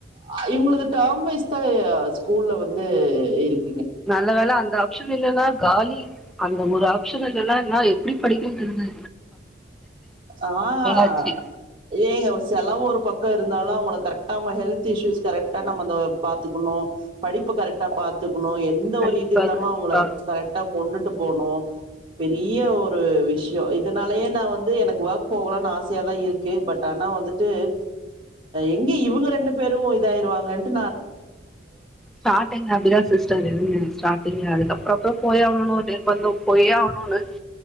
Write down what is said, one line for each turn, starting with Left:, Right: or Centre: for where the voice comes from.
Right: அ இவுங்கலுது டேர்ம் வைஸ் தா அ ஸ்கூல்ல வந்து இருக்
Centre: நல்ல வேள அந்த ச்சன் இல்லேனா காலி அந்த ஒரு ஆப்ஷன் இல்லேனா இன்னார எப்புடி படிக்க வைக்கறது
Right: ஆஹ்
Centre: ஆச்சு
Right: ஏங்க செலவு ஒரு பக் கூட இருந்தாலு அவுங்கள கரெக்ட அவுங்க ஹெல்த் இஸ்யூஸ் கரெக்ட நம்ம அந்த பாத்துக்குணு படிப்பு கரெக்ட பாத்துக் குனு எந்த
Centre: கண்டிப்பா
Right: ஒரு இது இல்லாம
Centre: கண்டிப்பா
Right: அவங்கள கரெக்டா கொண்டுட்டு போனு பெரிய ஒரு விஷயோ இதனா லயே நா வந்து எனக்கு ஒர்க் போகலானு ஆசையா தா இருக் கு பட் ஆனா வந்துட்டு எங்க இவுங்க ரெண்டு பேரு இதாயிருவாங்கன்டு
Centre: ஸ்டாட்டிங்ல அப்டிதா சிஸ்டர் இருக் ம் ஸ்டாட்டிங் ல அதுக்கப்பறோ அப்பறோ போய் <unintelligible> வந்தோம் போய்யே ஆகணும்னு